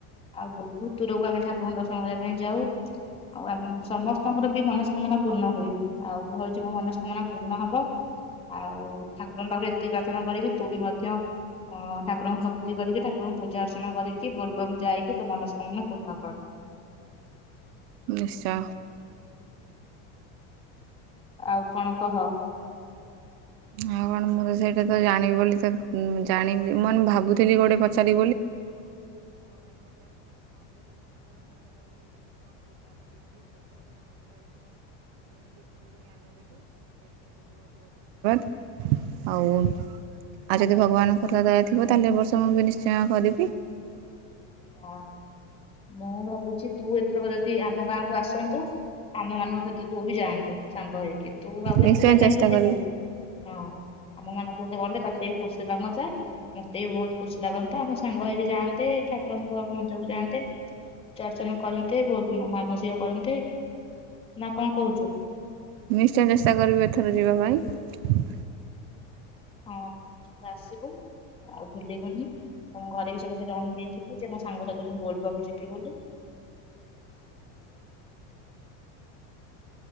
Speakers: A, on the left (about 15°); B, on the right (about 55°).
A: ଆଉ ବହୁତ ଦୂରକୁ ଠାକୁରଙ୍କୁ ଦର୍ଶନ କରିବା ପାଇଁ ଯାଉ। ଆଉ ଆମେ ସମସ୍ତଙ୍କର ବି ମନସକାମନା ପୂର୍ଣ ହୁଏ। ଆଉ ଆଜି ମୋ ମନସ୍କାମନା ପୂର୍ଣ୍ଣ ହବ। ଆଉ ଠାକୁରଙ୍କ ତାଙ୍କର ଏତିକି ପ୍ରାର୍ଥନା କରିବି। ତୁ ବି ମଧ୍ୟ ଅ ଠାକୁରଙ୍କୁ ଭକ୍ତି କରିକି। ଠାକୁରଙ୍କୁ ପୂଜା ଅର୍ଚ୍ଚନା କରିକି ବୋଲବମ ଯାଇକି ତୋ ମନସ୍କାମନା ପୂର୍ଣ୍ଣ କର।
B: ନିଶ୍ଚା
A: ଆଉ କଣ କହ। <inaudible>
B: ହଁ କଣ ମୁଁ ତ ସେଇଟା ତ ଜାଣିବି ବୋଲି ତ ଜାଣିବି ମୁଁ ଭାବୁଥିଲି ଗୋଟେ ପଚାରି ଆଉ
A: ହଁ <inaudible> ମୁଁ ଭାବୁଛି ତୁ ଏଥରକ ଯଦି ଆମ ଗାଁକୁ ଆସନ୍ତୁ। ଆମ ମାନଙ୍କ ତ ତୁ ବି ଯାଆନ୍ତୁ। ସାଙ୍ଗ ହେଇକି ତୁ ଆଉ
B: ନିଶ୍ଚୟ
A: ଏକୁଟିଆ କାହିଁକି
B: ଚେଷ୍ଟା
A: ଯିବୁ।
B: କରିବି।
A: ହଁ ଆମ ମାନଙ୍କୁ ସହିତ ଗଲେ ତତେ ବି ଖୁସି ଲାଗନ୍ତା। ମତେ ବି ବହୁତ ଖୁସି ଲାଗନ୍ତା। ଆମ ସାଙ୍ଗ ହେଇକି ଯାଆନ୍ତେ। ଠାକୁରଙ୍କ ମନ୍ଦିର କୁ ଯାଆନ୍ତେ। ପୂଜା ଅର୍ଚ୍ଚନା କରନ୍ତେ। ବହୁତ ମାନସିକ କରନ୍ତେ। <inaudible> ନା କଣ କହୁଚୁ।
B: ନିଶ୍ଚୟ ଚେଷ୍ଟା କରିବି ଏଥର ଯିବା ପାଇଁ। <inaudible>
A: ହଁ ଆସିବୁ ଆଉ ଭୁଲିବୁନି। ତମ ଘରେ ବି ସେ କଥା ଜଣେଇ ଦେ ଯିବି ଯେ ମୋ ସାଙ୍ଗ ସହିତ ମୁଁ ବୋଲବମ୍ ଯିବି ବୋଲି